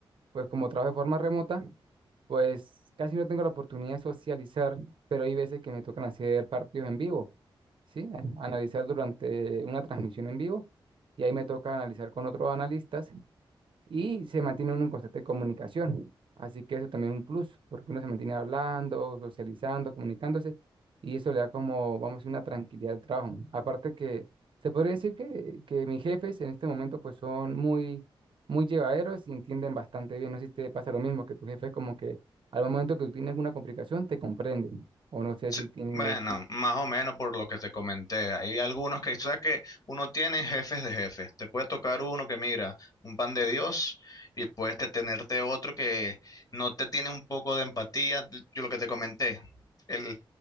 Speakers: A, on the right (about 60°); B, on the left (about 40°).
A: pues como trabajo de forma remota, pues casi no tengo la oportunidad de socializar, pero hay veces que me tocan hacer partidos en vivo, ¿sí? An- Analizar durante una transmisión en vivo y ahí me toca analizar con otros analistas y se mantiene uno en constante comunicación. Así que eso también es un plus, porque uno se mantiene hablando, socializando, comunicándose, y eso le da como, vamos a decir, una tranquilidad al trabajo. Aparte que se podría decir que, que mis jefes en este momento pues son muy, muy llevaderos y entienden bastante bien. No sé si te pasa lo mismo, que tu jefe es como que al momento que tú tienes alguna complicación te comprende, o no sé
B: Sí,
A: si tienes,
B: Bueno, más o menos por lo que te comenté. Hay algunos que, o sea, que uno tiene jefes de jefes. Te puede tocar uno que mira, un pan de Dios, y puedes te- tenerte otro que no te tiene un poco de empatía. Yo lo que te comenté, el,